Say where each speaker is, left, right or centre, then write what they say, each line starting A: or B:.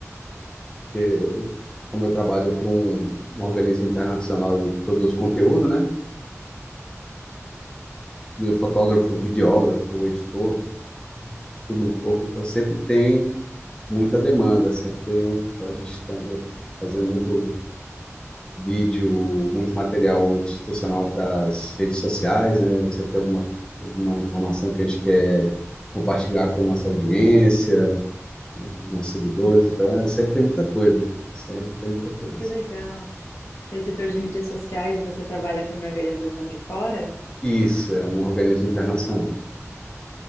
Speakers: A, on the left (about 15°); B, on the left (about 70°).
A: porque como eu trabalho para um, um organismo internacional e produzo conteúdo, né? Meu fotógrafo, videógrafo, editor, estudo um pouco, então sempre tem muita demanda, sempre tem... A gente tá fazendo muito vídeo, muito material institucional para as redes sociais, né? Sempre tem alguma, alguma informação que a gente quer compartilhar com a nossa audiência, com os nossos seguidores. Então, é, sempre tem muita coisa. Sempre tem muita coisa.
B: Que legal. Você é editor de mídias sociais e você trabalha para uma organização de fora?
A: Isso, é um organismo internacional.